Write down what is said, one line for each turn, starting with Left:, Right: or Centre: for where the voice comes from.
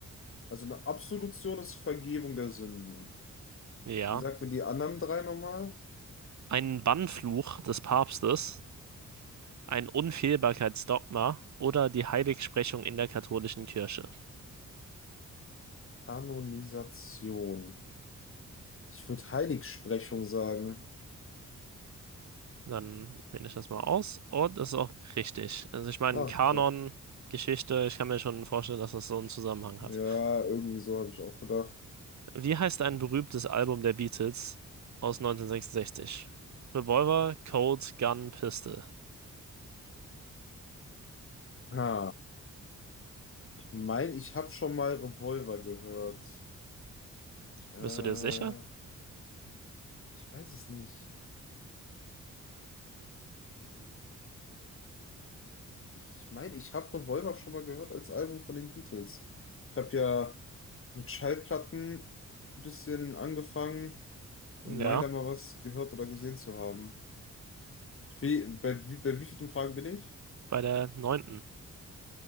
Left: Also eine Absolution ist Vergebung der Sünden.
Right: ja.
Left: Sag mir die anderen drei nochmal.
Right: Ein Bannfluch des Papstes, ein Unfehlbarkeitsdogma oder die Heiligsprechung in der katholischen Kirche.
Left: Kanonisation. Ich würde Heiligsprechung sagen.
Right: Dann finde ich das mal aus. Und das ist auch richtig. Also ich meine,
Left: Ah,
Right: Kanon,
Left: top.
Right: Geschichte, ich kann mir schon vorstellen, dass das so einen Zusammenhang
Left: Ja,
Right: hat.
Left: irgendwie so habe ich auch gedacht.
Right: Wie heißt ein berühmtes Album der Beatles aus 1966? Revolver, Colt, Gun, Pistol.
Left: Ha, ich mein, ich habe schon mal Revolver gehört. Äh,
Right: Bist du dir sicher?
Left: ich weiß es nicht. Äh, Ich meine, ich habe Revolver schon mal gehört als Album von den Beatles. Ich habe ja mit Schallplatten ein bisschen angefangen und
Right: Ja,
Left: meine da mal was gehört oder gesehen zu haben. Ich will, bei, wie- bei wie vielen Fragen bin ich?
Right: bei der neunten.